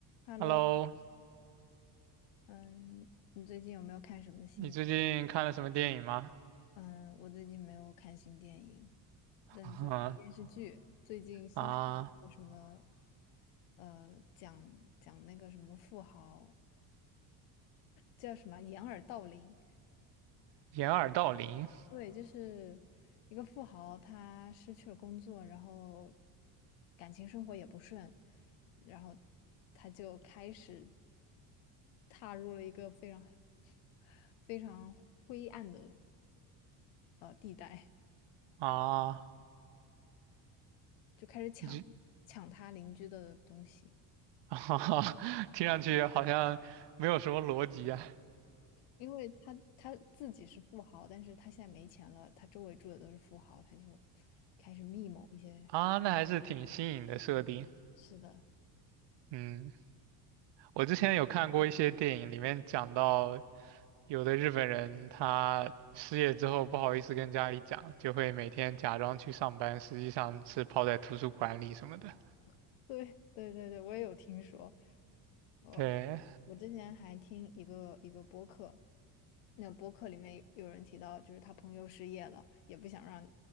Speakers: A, on the left (about 75°); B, on the right (about 55°).
A: Hello，
B: Hello，
A: 嗯，你最近有没有看什么新电影？
B: 你最近看了什么电影吗？
A: 嗯，我最近没有看新电影，
B: <laughs>
A: 但在看电视剧。最近新上了一个什么，
B: 啊，
A: 呃，讲讲那个什么富豪，叫什么掩耳盗铃。
B: 掩耳盗铃
A: 对，就是一个富豪，他失去了工作，然后感情生活也不顺，然后他就开始踏入了一个非常 <laughs> 非常灰暗的。呃地带，
B: 啊，
A: 就开始抢抢他邻居的东西，
B: 你这 <laughs> 啊听上去好像没有什么逻辑啊。
A: 因为他他自己是富豪，但是他现在没钱了，他周围住的都是富豪，他就开始密谋一些，
B: 啊，那还是挺新颖的设定。
A: 是的，
B: 嗯，我之前有看过一些电影，里面讲到有的日本人他失业之后不好意思跟家里讲，就会每天假装去上班，实际上是泡在图书馆里什么的。
A: <laughs> 对对对对，我也有听说，我我我之前还听一个一个播客，
B: 对
A: 那播客里面有有人提到，就是他朋友失业了，也不想让